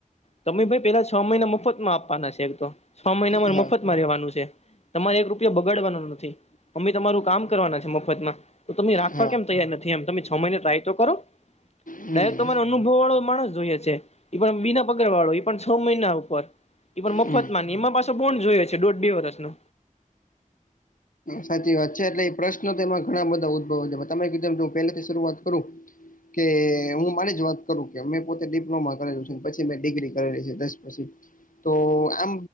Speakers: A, on the left (about 50°); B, on the left (about 75°).
A: તમે ભાઈ પેલા છ મહિના મુફતમાં આપવાના છે, એક તો છ મહિનામાં
B: હા
A: મફતમાં રહેેવાનું છે. તમારે એક રૂપિયા બગાડવાનો નથી, અમેં તમારું કામ કરવાના છે મફતમાં. તો તમે રાખવા
B: હા
A: કેમ તૈયાર નથી, એમ તમે છ મહિને ટ્રાય તો કરો.
B: હમ
A: ડાયરેકટ અનુભવ વાળો માણસ જોઈએ છે, એ પણ બીના પગાર વાળો એ પણ છ મહિના ઉપર એ પણ મફતમાં
B: હમ
A: એમાં પાસે બોન જોઈએ છે દોઢ-બે વર્ષ નો.
B: સાચી વાત છે. એટલે એ પ્રશ્ન તો એમાં ઘણા બધા ઉદ્ભવે તમે કીધું પહેલેથી શરૂઆત કરું કે હું મારી જ વાત કરું કે મેં પોતે ડિપ્લોમા કરેલું છે. પછી મેં ડિગ્રી કરેલી છે. દસ પછી. તો આમ